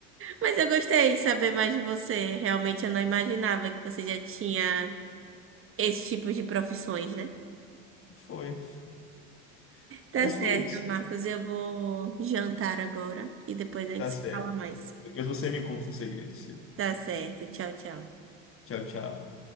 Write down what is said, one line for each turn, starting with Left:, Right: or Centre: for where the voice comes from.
Right: Mas eu gostei de saber mais de você. Realmente eu não imaginava que você já tinha esse tipo de profissões, né?
Left: Foi. <laughs>
Right: Tá
Left: Mas
Right: certo,
Left: foi isso.
Right: Marcos. Eu vou jantar agora e depois a gente
Left: Tá
Right: se
Left: certo.
Right: fala mais.
Left: Depois você me conta um segredo. Ciro.
Right: Tá certo. Tchau, tchau.
Left: Tchau, tchau.